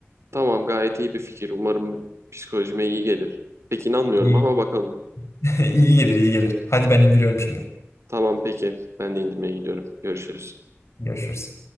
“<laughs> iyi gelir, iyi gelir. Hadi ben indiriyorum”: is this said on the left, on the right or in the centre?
Left